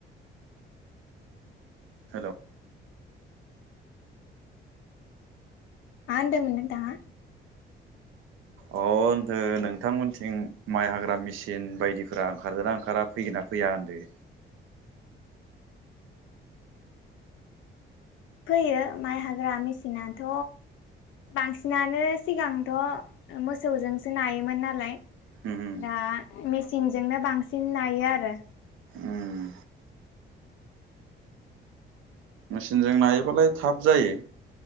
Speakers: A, on the right; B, on the left.
A: हेल'।
B: मा होन्दोंमोन नोंथांङा?
A: अ होनदो नोंथांमोनथिं माइ हाग्रा मेसिन बायदिफोरा ओंखारदों ना ओंखारा फैगोना फैया होनदो।
B: फैयो माइ हाग्रा मेसिनाथ' बांसिनानो सिगांथ' मोसौजोंसो नायोमोन नालाय।
A: उम
B: दा मेसिनजोंनो बांसिन नायो आरो।
A: उम मेसिनजों नायोबालाय थाब जायो।